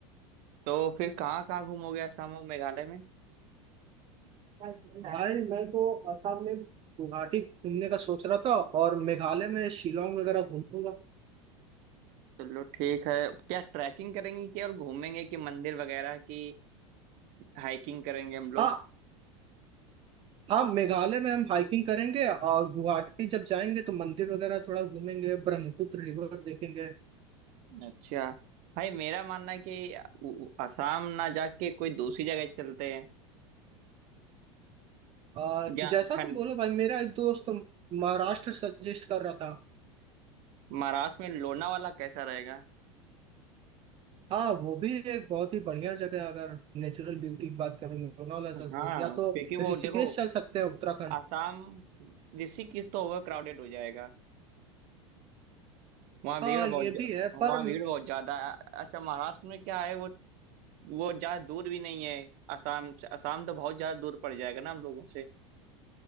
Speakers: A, on the right (about 50°); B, on the right (about 35°).
A: तो फिर कहाँ कहाँ घूमोगे असम और मेघालय में
B: भाई मैं तो असम में गुवाहाटी घूमने का सोच रहा था और मेघालय में शिलोंग वगैरह घूमूंगा
A: चलो ठीक है क्या ट्रैकिंग करेंगे कि और घूमेंगे कि मंदिर वगैरह की हाइकिंग करेंगे हम लोग
B: हाँ हाँ मेघालय में हम हाइकिंग करेंगे और गुवाहाटी जब जाएंगे तो मंदिर वगैरह थोड़ा घूमेंगे ब्रह्मपुत्र रिवर देखेंगे
A: अच्छा भाई मेरा मानना है कि अ- अ- असम ना जाके कोई दूसरी जगह चलते हैं
B: आ,
A: या
B: जैसा
A: ठंड
B: तुम बोलो भाई मेरा एक दोस्त महाराष्ट्र सजेस्ट कर रहा था
A: महाराष्ट्र में लोनावाला कैसा रहेगा
B: हाँ वो भी एक बहुत ही बढ़िया जगह है अगर नेचुरल ब्यूटी की बात करें लोनावला चल-
A: हाँ
B: या तो
A: क्योंकि
B: ऋषिकेश
A: वो देखो
B: चल सकते हैं उत्तराखंड
A: आसाम ऋषिकेश तो ओवर क्राउडेड हो जाएगा वहाँ भीड़
B: हाँ
A: बहुत
B: ये भी है
A: वहाँ
B: पर
A: भीड़ बहुत ज्यादा है। अच्छा महाराष्ट्र में क्या है वो वो ज्यादा दूर भी नहीं है आसाम से आसाम तो बहुत ज्यादा दूर पड़ जाएगा ना हम लोगों से